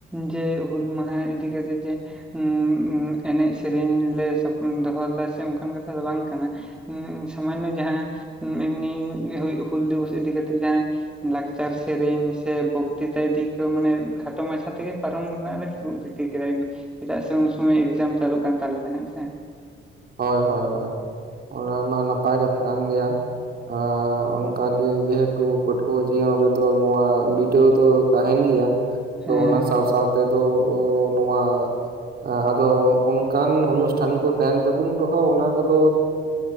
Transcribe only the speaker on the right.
ᱦᱳᱭ ᱦᱳᱭ ᱦᱳᱭ ᱚᱱᱟ ᱢᱟ ᱱᱟᱯᱟᱭ ᱠᱟᱛᱷᱟ ᱠᱟᱱ ᱜᱮᱭᱟ ᱟᱨ ᱚᱱᱠᱟᱜᱮ ᱡᱮᱦᱮᱛᱩ ᱯᱟᱹᱴᱷᱩᱣᱟᱹ ᱡᱤᱭᱚᱱ ᱨᱮᱫᱚ ᱱᱚᱣᱟ ᱵᱤᱰᱟᱹᱣ ᱫᱚ ᱛᱟᱦᱮᱱ ᱜᱮᱭᱟ
ᱛᱚ ᱚᱱᱟ ᱥᱟᱶ ᱥᱟᱶᱛᱮ ᱛᱮᱫᱚ ᱱᱚᱣᱟ ᱟᱫᱚ ᱚᱱᱠᱟᱱ ᱚᱱᱩᱥᱴᱷᱟᱱ ᱠᱚ ᱛᱟᱦᱮᱱ ᱛᱟᱵᱩᱱ ᱨᱮᱦᱚᱸ ᱚᱱᱟ ᱠᱚᱫᱚᱻ